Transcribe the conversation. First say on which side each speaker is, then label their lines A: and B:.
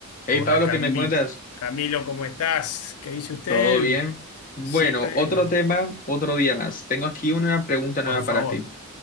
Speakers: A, on the left; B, on the left.
A: Hey
B: Hola
A: Pablo,
B: Camilo,
A: ¿qué me cuentas?
B: Camilo, ¿cómo estás? ¿Qué dice usted?
A: ¿Todo bien? Bueno,
B: Siempre,
A: otro tema, otro día más. Tengo aquí una pregunta
B: por
A: nueva
B: favor.
A: para ti.